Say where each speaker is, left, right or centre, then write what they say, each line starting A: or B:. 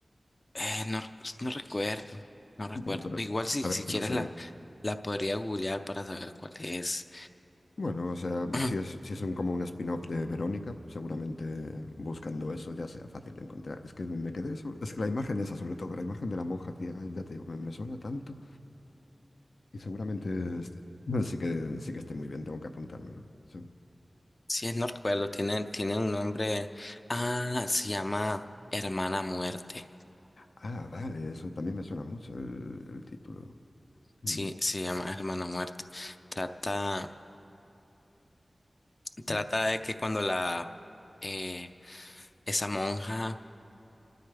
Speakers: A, on the left; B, on the left.
A: eh, no, no recuerdo, no recuerdo,
B: Bueno, pero.
A: pero igual si,
B: A
A: si
B: ver, pero
A: quieres
B: se,
A: la, la podría googlear para saber cuál es.
B: Bueno, o sea,
A: <clears throat>
B: si es, si es un- como un spin-off de Verónica, seguramente buscando eso ya sea fácil de encontrar. Es que me, me quedé sobre- es que la imagen esa, sobre todo, la imagen de la monja ciega, ya te digo, me, me suena tanto y seguramente este- <laughs> sí que, sí que esté muy bien, tengo que apuntármelo. Eso.
A: Sí, no recuerdo, tiene, tiene un nombre. Ah, se llama Hermana Muerte.
B: Ah, vale, eso también me suena mucho el, el título. Mm,
A: Sí, se llama Hermana Muerte. Trata, trata
B: mm,
A: de que cuando la eh, esa monja